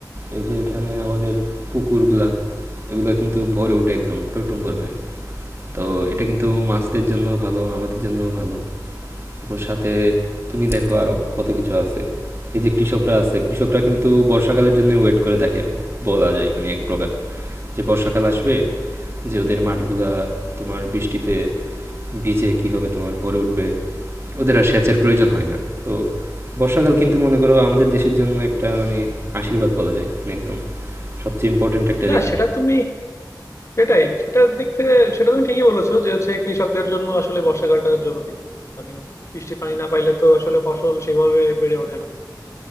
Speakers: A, on the right; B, on the left.
A: এই যে এখানে আমাদের পুকুরগুলা এগুলা কিন্তু ভরে ওঠে একদম টইটুম্বর হয়ে তো এটা কিন্তু মাছদের জন্য ভালো আমাদের জন্য ভালো এবং সাথে তুমি দেখো আরো কত কিছু আছে এই যে কৃষকরা আছে কৃষকরা কিন্তু বর্ষাকালের জন্য ওয়েট করে থাকে বলা যায় মানে এক প্রকার যে বর্ষাকাল আসবে যে ওদের মাঠগুলা তোমার বৃষ্টিতে বীজে কি হবে তোমার ভরে উঠবে ওদের আর সেচের প্রয়োজন হয় না তো বর্ষাকাল কিন্তু মনে করো আমাদের দেশের জন্য একটা মানে আশীর্বাদ বলা যায় মানে একদম সবচেয়ে ইম্পর্ট্যান্ট একটা
B: না
A: ঋতু
B: সেটা তুমি সেটাই সেটার দিক থেকে সেটা তুমি ঠিকই বলেছো যে হচ্ছে কৃষকদের জন্য আসলে বর্ষাকালটা জরুরি মানে বৃষ্টির পানি না পাইলে তো আসলে ফসল সেভাবে বেড়ে ওঠে না